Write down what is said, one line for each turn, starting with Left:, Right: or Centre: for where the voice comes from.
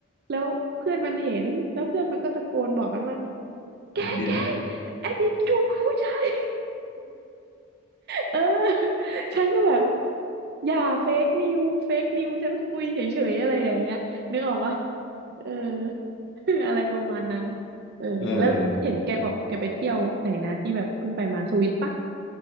Right: แล้วเพื่อนมันเห็น แล้วเพื่อนมันก็ตะโกนบอกกันว่าแกแก
Left: เอ็มดิม <laughs>
Right: ไอ้บีมจูบกับผู้ชาย เออ <laughs> ฉันก็แบบอย่าเฟกนิวเฟกนิวฉันคุยเฉยๆอะไรอย่างเงี้ยนึกออกปะเออ <laughs> อะไรประมาณนั้นเออแล้วเห็นแกบอกแกไปเที่ยวไหนนะที่แบบเพิ่งไปมาสวิตปะ
Left: เออ